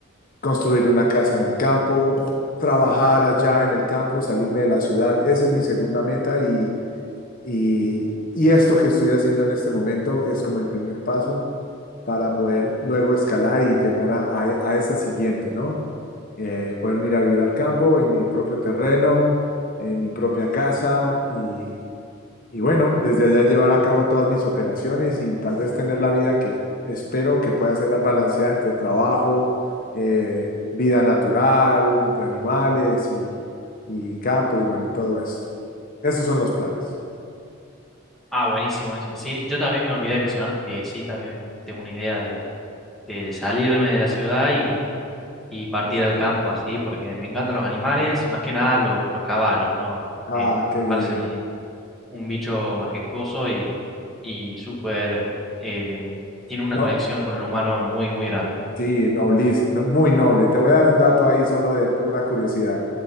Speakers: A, on the left (about 45°); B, in the centre.
A: construir una casa en el campo, trabajar allá en el campo, salirme de la ciudad. Esa es mi segunda meta y, y, y esto que estoy haciendo en este momento es como el primer paso para poder luego escalar y llegar a, a- a esa siguiente, ¿no? Eh, poder ir a vivir al campo, en mi propio terreno, en mi propia casa y, y bueno, desde allá llevar a cabo todas mis operaciones y tal vez tener la vida que espero que pueda ser balanceada entre trabajo, eh, vida natural, entre animales y, y campo y bueno, y todo esto. Esos son los planes.
B: Ah, buenísimo, buenísimo. Sí, yo también me olvidé de mencionar que sí, también tengo una idea de, de salirme de la ciudad y y partir al campo así, porque me encantan los animales y más que nada lo- los caballos, ¿no?
A: Ah,
B: Eh,
A: qué
B: me
A: bien.
B: parecen un, un bicho majestuoso y, y súper, eh, tiene una
A: No,
B: conexión con el humano muy, muy grande.
A: Sí, noblísimo, no, muy noble. Te voy a dar un dato ahí solo de pura curiosidad.